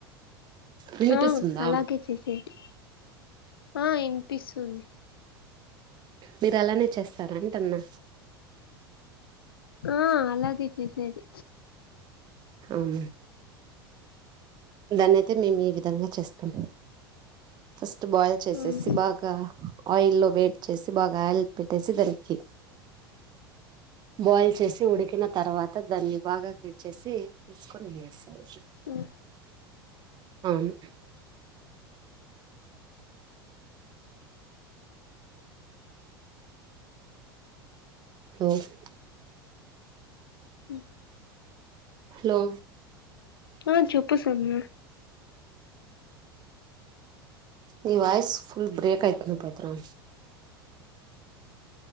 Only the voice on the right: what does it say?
వినిపిస్తుందా
మీరు అలానే చేస్తార అంటున్నా
అవునా దాన్ని అయితే మేము ఈ విధంగా చేస్తాం ఫస్ట్ బాయిల్ చేసేసి
బాగా ఆయిల్లో వెడి చేసి బాగా ఆయిల్ పెట్టేసి దానికి బాయిల్ చేసి ఉడికిన తర్వాత దాన్ని బాగా కట్ చేసి తీసుకొని వేస్తాం <unintelligible>
అవును <unintelligible> హ
హలో
మీ వాయిస్ ఫుల్ బ్రేక్ అయితుంది పవిత్ర